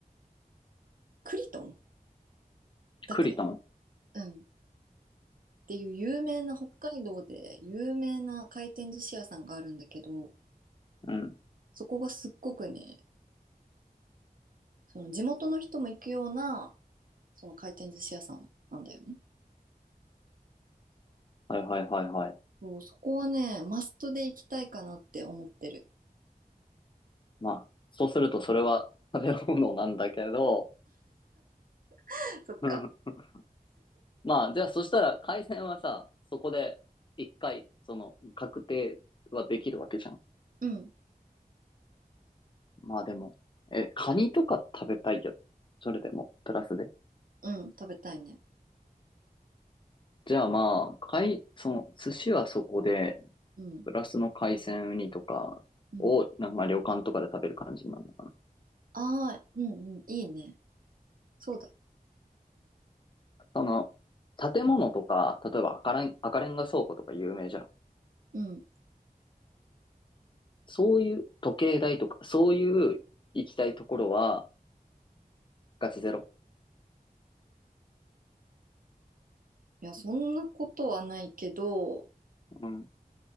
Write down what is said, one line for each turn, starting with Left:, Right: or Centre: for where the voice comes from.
Right: クリトンだったかな。
Left: クリトン。
Right: うん。っていう有名な、北海道で有名な回転寿司屋さんがあるんだけど、
Left: うん。
Right: そこがすっごくね、その地元の人も行くような、その回転寿司屋さんなんだよね。
Left: はいはいはいはい。
Right: そう、そこはね、マストで行きたいかなって思ってる。
Left: まあ、そうするとそれは食べ物なんだけど、
Right: <laughs> そっか。
Left: <laughs> まあ、じゃあそしたら海鮮はさ、そこで一回、その、確定はできるわけじゃん。
Right: うん、
Left: まあでも、え、カニとか食べたいよ。それでも、プラスで。
Right: うん、食べたいね。
Left: じゃあまあ、海、その、寿司はそこで、
Right: うん、
Left: プラスの海鮮ウニとかを、
Right: うん。
Left: なんかまあ旅館とかで食べる感じになるのかな。
Right: ああ、うんうん、いいね。そうだ。
Left: その、建物とか、例えば赤レン、赤レンガ倉庫とか有名じゃん。
Right: うん。い
Left: そういう時計台とか、そういう行きたいところは、ガチゼロ。
Right: や、そんなことはないけど、
Left: うん。う